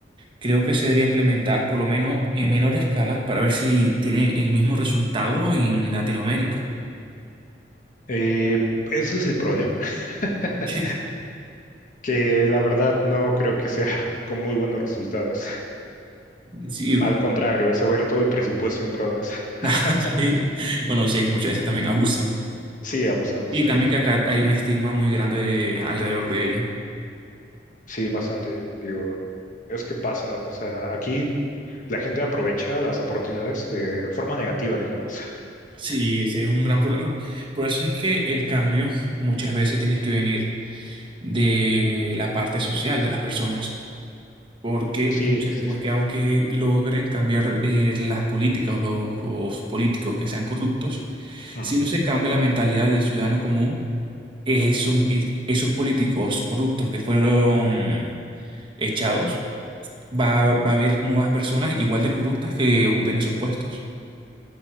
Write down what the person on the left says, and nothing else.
Eh, ese es el problema, <laughs>
que la verdad no creo que sea <laughs> con muy buenos resultados.
Al contrario, se va a ir todo el presupuesto en drogas. <laughs>
Sí, abusan, o
sea,
sí, bastante. Digo, es que pasa, o sea, aquí la gente aprovecha las oportunidades de forma negativa, digamos.
Sí,
sí,
sí.
Ujú.